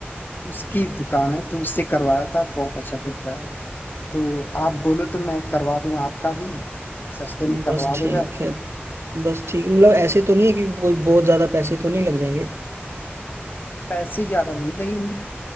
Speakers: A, on the left (about 50°); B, on the right (about 85°).
A: उसकी दुकान है तो उससे करवाया था बहुत अच्छा दिखता है तो आप बोलो तो मैं करवा दूं आपका भी सस्ते में
B: बस
A: करवा दूंगा
B: ठीक है बस ठीक मतलब ऐसे तो नहीं है कि कोई बहुत ज्यादा पैसे तो नहीं लग जाएंगे
A: पैसे ज्यादा नहीं लगेंगे